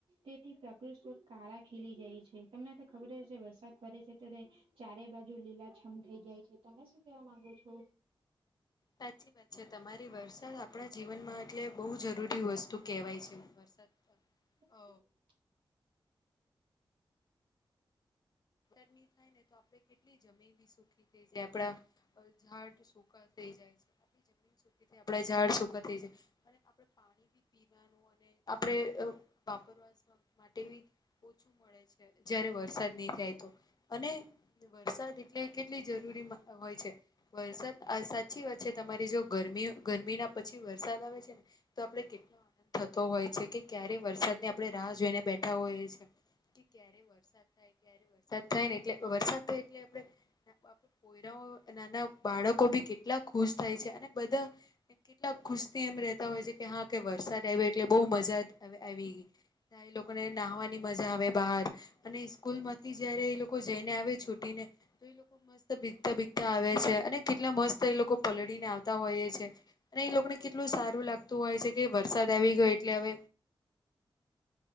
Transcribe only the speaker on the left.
સાચી વાત છે તમારી. વરસાદ આપણા જીવનમાં એટલે બહુ જરૂરી વસ્તુ કહેવાય છે. વરસાદ
અ <unintelligible> ની થાય ને તો આપડે કેટલી જ જમી બી સૂખી થઈ જાય, આપણા ઝાડ જો સુખાં થઈ જાય છે. <inaudible> આપણે ઝાડ સૂખાં થઈ જાય, અને આપણે પાણી બી પીવાનું અને આપણે વાપરવાનું <inaudible> માટે બી ઓછું મળે છે, જયારે વરસાદ નહીં થાય તો. અને જે વરસાદ એટલે કેટલી જરૂરીમાં હોય છે. વરસાદ આ સાચી વાત છે તમારી જો ગરમી-ગરમી ના પછી વરસાદ આવે છે ને તો આપણે કેટલા થતો હોય છે. કે ક્યારે વરસાદ ની આપણે રાહ જોઈને બેઠા હોઈએ છીએ. કે ક્યા ક્યારે વરસાદ થાય ક્યાંરે વર સાદ થાય ને એટલે વરસાદ થાય એટલે આપણે <unintelligible> આપણે પોયરાઓ નાના બાળકો બી કેટલા ખુશ થાય છે. અને બધા કેટલાક ખુશથી એમ રહેતા હોય છે, કે હા કે વરસાદ આવ્યો એટલે બહુ મજા હવે આવી ગઈ. <unintelligible> એ લોકોને નાહવાની મજા આવે બહાર, અને ઈસ્કૂલ માં થી જયારે એ લોકો જઈને આવે છૂટી ને તો ઈ લોકો મસ્ત ભીગતા-ભીગતા આવે છે. અને કેટલા મસ્ત એ લોકો પલળી ને આવતા હોઈએ છે. અને ઈ લોકને કેટલું સારું લાગતું હોય છે કે વરસાદ આવી ગયો એટલે હવે